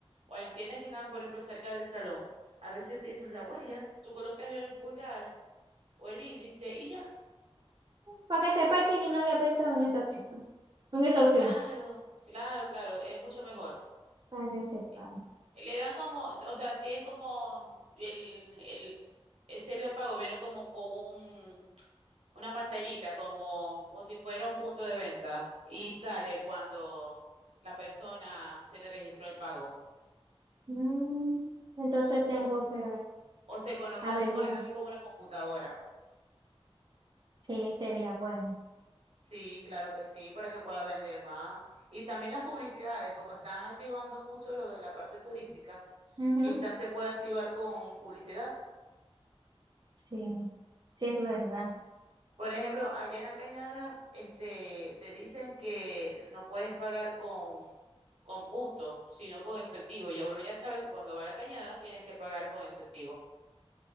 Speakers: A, on the right; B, on the right.
A: o a las tiendas que están, por ejemplo, cerca del salón, a veces utilizas la huella. Tú colocas el pulgar o el índice y ya.
B: para que sepa que yo no había pensado en esa opción. En esa opción.
A: Claro, claro, claro. Es mucho mejor.
B: Para que sepa.
A: Eh, Le dan como, o sea, si es como el, el, ese biopago viene como con un una pantallita como, como si fuera un punto de venta y sale cuando la persona se le registró el pago
B: Mm, Entonces tengo
A: o,
B: que
A: o se conecta,
B: averiguar.
A: se conecta también con una computadora.
B: Sí, sería bueno.
A: Sí, claro que sí, para que pueda vender más. Y también las publicidades, como están activando mucho lo de la parte turística,
B: Ujú,
A: quizás se pueda activar con publicidad.
B: Sí, sí es verdad.
A: Por ejemplo, allá en la Cañada, este, te dicen que no puedes pagar con, con puntos, sino con efectivo. Ya uno ya sabe que cuando va a la Cañada tienes que pagar con efectivo.